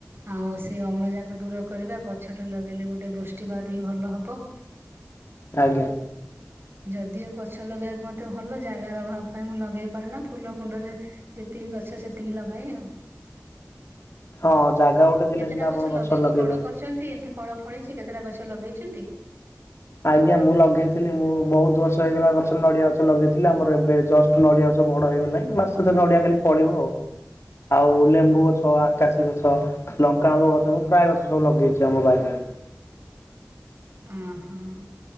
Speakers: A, on the right (about 50°); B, on the left (about 60°).
A: ଆଉ ସେ ଅମ୍ଳଜାନକୁ ଦୂର କରିବା ଗଛ ଟା ଲଗେଇଲେ ଗୋଟେ ବୃଷ୍ଟିପାତ ବି ଭଲ ହବ।
B: ଆଜ୍ଞା।
A: ଯଦିଓ ଗଛ ଲଗେଇବାକୁ ମତେ ଭଲ ଜାଗାର ଅଭାବ ପାଇଁ ମୁଁ ଲଗେଇ ପାରେ ନା। ଫୁଲ କୁଣ୍ଡରେ ଯେତିକି ଗଛ ସେତିକି ଲଗାଏ ଆଉ।
B: ହଁ ଜାଗା ଗୋଟେ ଥିଲେ
A: କେତେଟା
B: ସିନା ଆପଣ
A: ଗଛ ଲଗେଇକି
B: ଲଗେଇବେ।
A: ବଡ କରୁଚନ୍ତି ଏମତି ଫଳ ଫଳିଚି କେତେଟା ଗଛ ଲଗେଇଚନ୍ତି? ହଁ
B: ଆଜ୍ଞା ମୁଁ ଲଗେଇଥିଲି ମୁଁ ବହୁତ ବର୍ଷ ହେଇଗଲା ଗଛ ନଡିଆ ଗଛ ଲଗେଇଥିଲି ଆମର ଏବେ ଜଷ୍ଟ ନଡିଆ ଗଛ ବଡ ହେଇଗଲାଣି ବାସ ନଡିଆ ଖାଲି ଫଳିବ ଆଉ।
A: <inaudible>
B: ଆଉ ଲେମ୍ବୁ ଗଛ ଆକାଶୀ ଗଛ। ଲଙ୍କା ଆମ୍ବ ଗଛ ମୁଁ ପ୍ରାୟ ଗଛ ସବୁ ଲଗେଇଛି ଆମ ବାରିରେ।
A: ଆଁହଁ